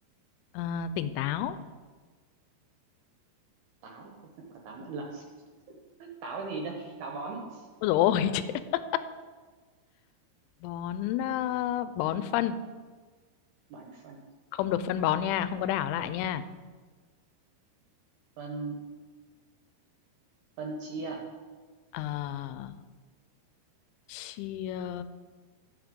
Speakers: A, on the left; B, on the right.
A: à, tỉnh táo
B: táo quả táo nhãn lồng táo gì đây táo bón
A: Ôi dồi ôi <laughs> chết. bón à, bón phân
B: bón phân
A: không được phân bón nha không có đảo lại nha
B: phân phân chia
A: Ờ, chia